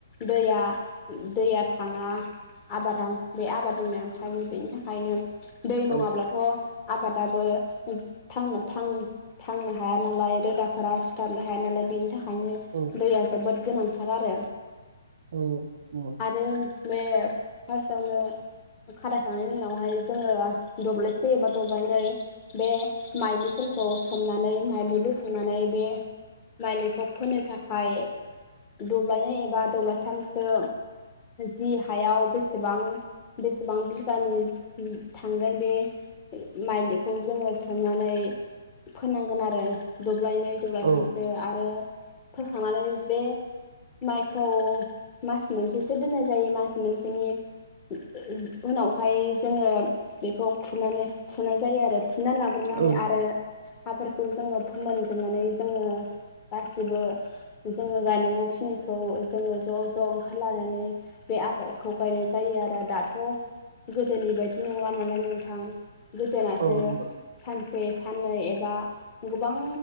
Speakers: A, on the left (about 30°); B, on the right (about 60°).
A: दैया दैया थाङा। आबादाव बे आबाद मावनायनानै थायो बेनि थाखायनो दै नङाब्लाथ'।
B: औ
A: आबादाबो थांनो थां थांनो हाया नालाय रोदाफोरा सिुथाबनो हाया नालाय बेनि थाखायनो।
B: औ
A: दैया जोबोद गोनांथार आरो।
B: औ म
A: आरो बे फार्स्टआवनो खारायखांनायनि उनावहाय जोङो दब्लायसे एबा दब्लायनै बे माइलिफोरखौ सोमनानै माइलि बोखांनानै बे मालिखौ फोनो थाखाय दब्लायनाय एबा दब्लायथामसो जि हायाव बेसेबां गोबां बिगानि थांगोन बे माइलिखौ जोङो सोमनानै फोनांगोन आरो। दब्लायनै दब्लायथामसो
B: औ
A: आरो फोखांनानै बे माइखौ मास मोनसेसो दोननाय जायो मास मोनसेनि उनावहाय जोङो बेखौ फ-फुनाय जायो आरो फुना लाग्रोनानै
B: औ
A: आरो हाफोरखौ जोङो फोमोनजोबनानै जोङो गासिबो जोङो गायनांगौखिनिखौ जोङो ज' ज' ओंखारलानानै। बे आबादखौ गायनाय जायो आरो दाथ' गोदोनि बायदि नङा नालाय नोंथां गोदोनासो
B: औ नंगौ
A: सानसे साननै एबा गोबां